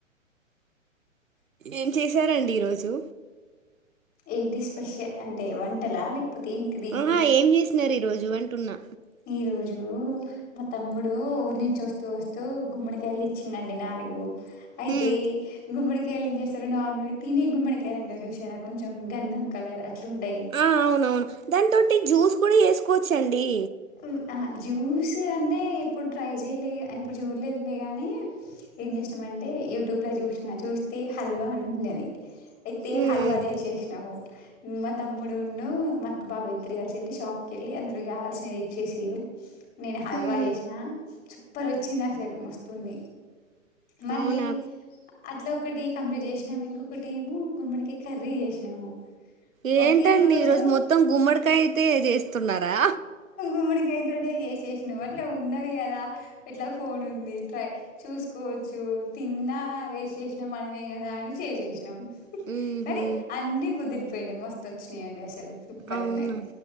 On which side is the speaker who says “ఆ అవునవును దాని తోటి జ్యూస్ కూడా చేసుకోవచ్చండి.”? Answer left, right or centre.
Right